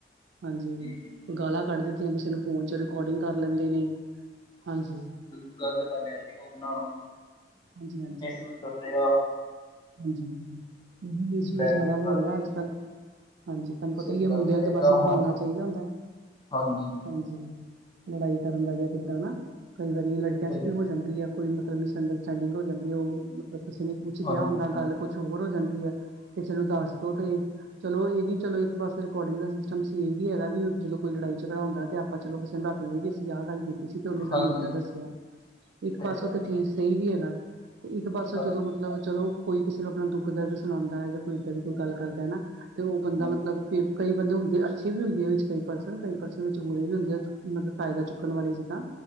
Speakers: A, on the right; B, on the left.
A: ਹਾਂਜੀ,
B: ਜੀ ਜੀ
A: ਗਾਲਾਂ ਕੱਢ ਦਿੱਤੀਆਂ, ਕਿਸੇ ਨੂੰ ਫੋਨ ਚ ਰਿਕੋਡਿੰਗ ਕਰ ਲੈਂਦੇ ਨੇ, ਹਾਂਜੀ
B: ਗ਼ਲਤ, ਗੱਲ ਹੈ ਜੀ' ਉਹ ਆਪਣਾ,
A: ਹਾਂਜੀ-ਹਾਂਜੀ-ਹਾਂਜੀ,
B: ਮਿਸਯੂਜ ਕਰਦੇ ਆ
A: ਮਿਸ ਵੀ
B: ਬਲੈਕਮੇਲ
A: ਜ਼ਿਆਦਾ ਹੋ
B: ਕਰਦੇ
A: ਰਹੇ ਅੱਜ
B: ਆ ਜੀ
A: ਕੱਲ ਹਾਂਜੀ, ਤਹਾਨੂੰ ਪਤਾ
B: ਸਹੀ
A: ਹੀ ਹੈ,
B: ਗੱਲ
A: ਮੁੰਡਿਆਂ
B: ਆ
A: ਤੇ
B: ਇਹ
A: ਬਸ
B: ਤਾਂ
A: ਬਹਾਨਾ
B: ਹੋਣਾ
A: ਚਾਹੀਦਾ ਹੁੰਦਾ,
B: ਹਾਂਜੀ
A: ਹਾਂਜੀ ਲੜਾਈ ਕਰਨ ਦਾ ਗਿਆ ਕਿੱਦਾਂ, ਨਾ ਕਈ ਵਾਰੀ ਲੜਕੀਆਂ,
B: ਸਹੀ
A: ਚ ਵੀ ਹੋ ਜਾਂਦੀ ਹੈ, ਕੋਈ ਮਿਸ ਅੰਡਰ ਸਟੈਂਡਿੰਗ ਸੈਟਿੰਗ ਹੋ ਜਾਂਦੀ ਹੈ, ਉਹ ਮਤਲਬ, ਕਿਸੇ ਨੇ ਕੁਛ
B: ਹਾਂਜੀ
A: ਕਿਹਾ, ਹੁੰਦਾ
B: ਹਾਂਜੀ
A: ਗੱਲ ਕੁਛ ਹੋਰ ਹੋ ਜਾਂਦੀ, ਹੈ ਕਿਸੇ ਨੂੰ, ਦੱਸ ਦੋ ਤੇ ਚਲੋ ਇਹ ਵੀ ਚਲੋ, ਇੱਕ ਪਾਸੇ ਰਿਕੋਡਿੰਗ ਦਾ ਸਿਸਟਮ ਇਹ ਵੀ ਹੈਗਾ ਵੀ, ਜਦੋਂ ਕੋਈ ਲੜਾਈ ਝਗੜਾ ਹੁੰਦਾ ਤੇ, ਆਪ ਪਰ ਚਲੋ, ਕਿਸ ਨੂੰ ਦਸ ਕੇ, ਏਸੀ ਆਹ ਗੱਲ ਕੀਤੀ ਤੁਸੀ ਤੇ ਉਹਨੇ
B: ਹਾਂਜੀ
A: ਸਾਨੂੰ, ਏਦਾਂ ਦੱਸਿਆ, ਇੱਕ
B: ਸਹੀ
A: ਪਾਸੇ
B: ਗੱਲ
A: ਤਾਂ
B: ਹੈ
A: ਠੀਕ ਸਹੀ ਵੀ ਹੈ ਤੇ ਇੱਕ ਪਾਸੇ
B: ਹਾਂਜੀ
A: ਜਦੋਂ ਮਤਲਬ ਚਲੋ, ਕੋਈ ਕਿਸੇ ਨੂੰ ਆਪਣਾ ਦੁੱਖ ਦਰਦ ਸੁਣਾਉਂਦਾ ਹੈ ਜਾਂ, ਕੋਈ ਇੱਦਾਂ ਦੀ ਕੋਈ ਗੱਲ ਕਰਦਾ ਹੈ, ਨਾ ਤੇ ਉਹ ਬੰਦਾ,
B: ਹਾਂਜੀ
A: ਮਤਲਬ ਫ਼ਿਰ ਕਈ ਬੰਦੇ, ਹੁੰਦੇ ਅੱਛੇ ਵੀ ਹੁੰਦੇ ਆ ਵਿੱਚ, ਕਈ ਪਰਸਨ ਕਈ ਪਰਸਨ ਵਿੱਚ ਬੁਰੇ ਵੀ ਹੁੰਦੇ, ਮਤਲਬ ਫਾਇਦਾ ਚੁੱਕਣ ਵਾਲੇ ਜਿੱਦਾਂ